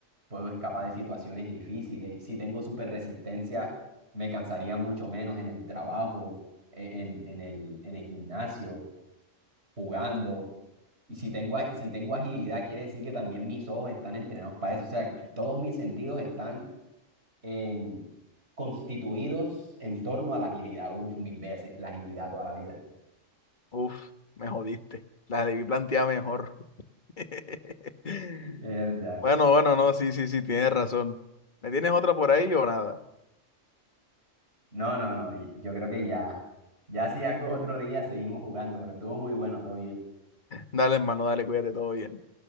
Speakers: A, on the right; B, on the left.
A: puedo escapar de situaciones difíciles. Y Si tengo super resistencia, me cansaría mucho menos en el trabajo, e- en, en el, en el gimnasio jugando. Y si tengo, a- si tengo agilidad, quiere decir que también mis ojos están entrenados para eso. O sea, todos mis sentidos están en, constituidos en torno a la agilidad. Uf, mis veces, la agilidad toda la vida.
B: Uf, me jodiste. La debí plantear mejor. <laughs>
A: <laughs> Verdad.
B: Bueno, bueno, no, sí, sí, sí, tienes razón. ¿Me tienes otra por ahí o nada?
A: No, no, no. y Yo creo que ya, ya si algo otro día seguimos jugando, pero estuvo muy bueno, todo bien.
B: Dale, hermano, dale, cuídate, todo bien.